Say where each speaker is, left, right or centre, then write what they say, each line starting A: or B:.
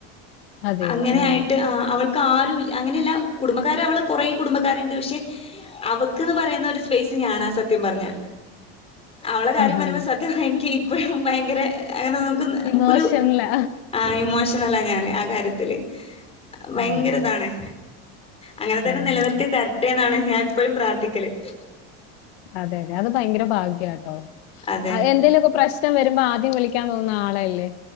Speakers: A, on the left; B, on the left.
A: അതെയോ
B: അങ്ങനെയായിട്ടു
A: ഓഹ്
B: ആഹ് അവൾ ക്കാരുല്ല അങ്ങനെയല്ല കുടുംബകാര് അവള് കുറേ കുടുംബക്കാരുണ്ട് പക്ഷെ അവക്ക്ന്ന് പറയുന്ന ഒരു സ്പേസ് ഞാനാ സത്യം പറഞ്ഞ അവളെ കാര്യം
A: ആഹാ
B: പറയുമ്പോ സത്യമാ എനിക്ക് ഇപ്പഴും ഭയങ്കര അങ്ങനെ നോക് നമുക്കൊരു
A: ഇമോഷൻലാ
B: ആഹ് ഇമോഷണലാ ഞാന് ആ കാര്യത്തില് ഭയങ്കരിതാണ്
A: അതെ
B: അങ്ങനെ തന്നെ
A: ആഹ്
B: നിലനിർത്തി തരട്ടേ ന്നാണ് ഞാൻ എപ്പോഴും പ്രാർത്ഥിക്കല്
A: അതെ അതെ അത് ഭയങ്കര ഭാഗ്യ ട്ടോ
B: അതെ
A: എന്തേലുക്കെ പ്രശ്നം വരുമ്പോ ആദ് ആദ്യം വിളിക്കാൻ തോന്നുന്ന ആളെയല്ലേ